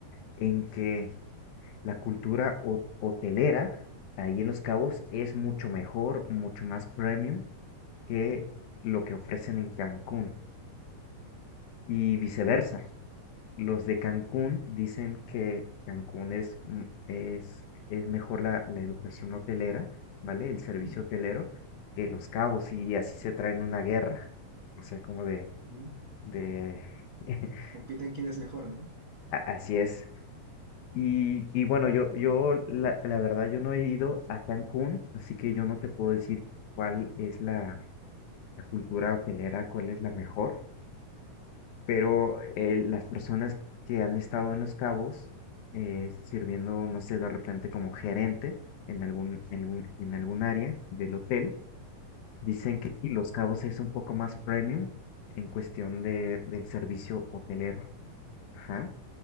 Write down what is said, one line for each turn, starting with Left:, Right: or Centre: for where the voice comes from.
Left: en que la cultura ho- hotelera ahí en Los Cabos es mucho mejor, mucho más premium que lo que ofrecen en Cancún y viceversa. Los de Cancún dicen que Cancún es, mm, es, es mejor la, la educación hotelera, ¿vale? El servicio
Right: Ujú,
Left: hotelero que Los Cabos y así se traen una guerra. O sea, como de,
Right: ujú.
Left: de... <laughs>
Right: Compiten quién es mejor, ¿no?
Left: a- Así es. Y, y bueno, yo, yo la, la verdad, yo no he ido a Cancún, así que yo no te puedo decir cuál es la, la cultura hotelera, cuál es la mejor. pero eh, las personas que han estado en Los Cabos eh, sirviendo, no sé, de repente como gerente en algún, en algún, en algún área del hotel, dicen que sí, Los Cabos es un poco más premium en cuestión de, del servicio hotelero. Ajá.